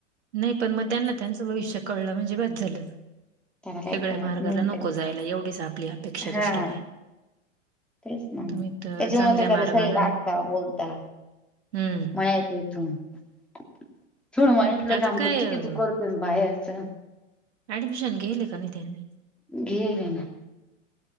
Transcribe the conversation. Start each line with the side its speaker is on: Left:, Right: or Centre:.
Right: नाही पण मग त्यांना त्यांचं भविष्य कळलं म्हणजे बाज झालं.
Centre: त्याला काही
Right: वेगळ्या
Centre: कळत
Right: मार्गाला
Centre: नाही
Right: नको
Centre: ते
Right: जायला एवढीच आपली अपेक्षा
Centre: हा
Right: दुसरं काय?
Centre: तेच म
Right: तुम्ही
Centre: त्याच्यामुळं
Right: चांगल्या
Centre: तर त्याला
Right: मार्गानं
Centre: सगळे डाटता बोलता
Right: हं.
Centre: मण ती <unintelligible> थोडं मळ्यातलं
Right: आता
Centre: काम
Right: काय
Centre: करती की
Right: अ,
Centre: तो करतो बाहेरचं
Right: अऍडमिशन घेयेलं का नाही त्यांनी?
Centre: घेयेलय ना